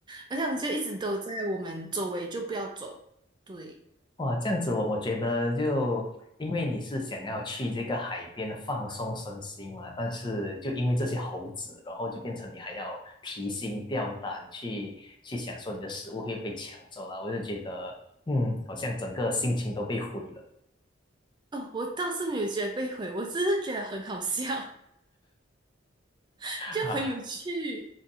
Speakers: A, on the right; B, on the left.
A: 而且他们就一直都在我们周围，就不要走。对，
B: 哇，这样子我我觉得就因为你是想要去这个海边放松身心嘛，但是就因为这些猴子，然后就变成你还要提心吊胆去去想说你的食物会被抢走了，我就觉得嗯，好像整个心情都被毁了
A: 哦，我倒是没有觉得被毁，我只是觉得很好笑。<laughs> 就很有趣，
B: 啊，